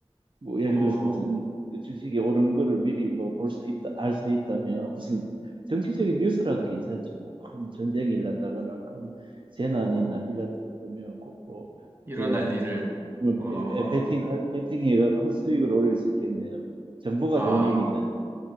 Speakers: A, on the right; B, on the right.
A: 뭐 예를
B: 어,
A: 들어서 무슨 그 주식이 오르는 거를 미리 뭐 볼 수 있다, 알 수 있다면 무슨 정치적인 뉴스라도 괜찮죠. 뭐 큰 전쟁이 일난다거나 큰 재난이
B: 어,
A: 일나- 일난다 그러면 그 뭐,
B: 일어날
A: 예,
B: 일을,
A: 하여튼 뭐
B: 어,
A: 에, 에, 베팅 베팅해가 큰 수익을 올릴 수 있겠네요. 정보가
B: 아.
A: 돈이니까요.